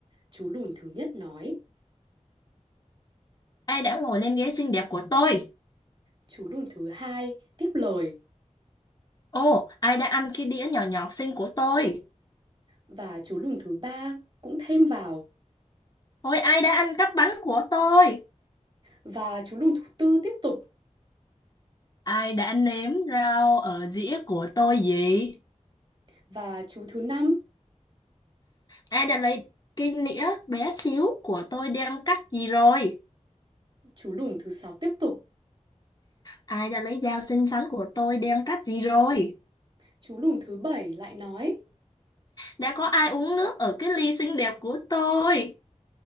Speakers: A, on the right; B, on the left.
A: Chú lùn thứ nhất nói,
B: ai đã ngồi lên ghế xinh đẹp của tôi?
A: chú lùn thứ hai tiếp lời.
B: Ồ, ai đã ăn cái đĩa nhỏ nhỏ xinh của tôi?
A: và chú lùn thứ ba cũng thêm vào
B: Ôi, ai đã ăn cắp bánh của tôi?
A: và chú lùn thứ tư tiếp tục
B: Ai đã nếm rau ở dĩa của tôi gì?
A: và chú thứ năm
B: Ai đã lấy cái nĩa bé xíu của tôi đem cắt gì rồi?
A: chú lùn thứ sáu tiếp tục
B: Ai đã lấy dao xinh xắn của tôi đem cắt gì rồi?
A: chú lùn thứ bảy lại nói
B: Đã có ai uống nước ở cái ly xinh đẹp của tôi?